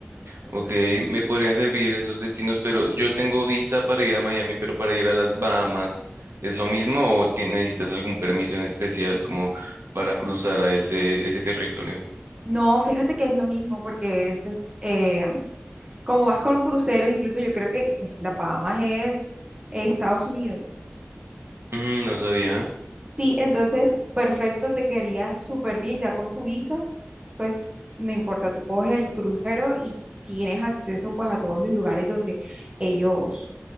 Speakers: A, on the right; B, on the right.
A: Ok, me podrían servir esos destinos, pero yo tengo visa para ir a Miami, pero para ir a las Bahamas, ¿es lo mismo o te- necesitas algún permiso en especial como para cruzar a ese, ese territorio?
B: No, fíjate que es lo mismo, porque es, es, eh, como vas con crucero, incluso yo creo que pues, las Bahamas es eh, Estados Unidos.
A: Mm, no sabía.
B: Sí, entonces, perfecto, te quedaría súper bien ya con tu visa, pues no importa, tú coges el crucero y tienes acceso pues a todos los lugares donde ellos,